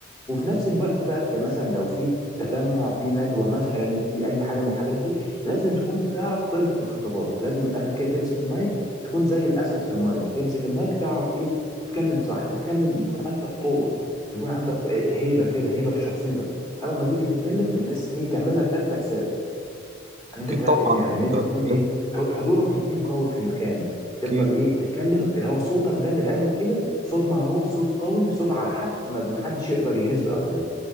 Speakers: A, on the left; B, on the right.
A: وفي نفس الوقت بقى في مثلا لو في تجمع في ندوة مثلا في اي حاجة من الحاجات دي لازم تكون بتعرف تلقي الخطابات لازم من الاخر كده تمسك المايك تكون زي الاسد في المايك تمسك المايك تعرف ايه تتكلم صح تتكلم يكون عندك قوه يكون عندك آه، هيبه كده هيبه في شخصيتك اول ما تيجي تتكلم الناس ايه تعمل لك الف حساب ان انت
B: اكيد
A: تع-
B: طبعا
A: يعني ان
B: انت
A: انت
B: اتكلمت
A: تكون ايه ح- حضورك يكون قوي في المكان تفضل
B: اكيد
A: ايه تتكلم اللي هو صوتك ده من الاخر كده صوت معروف صوت قوي صوت على حق ما محدش يقدر يهزه ابدا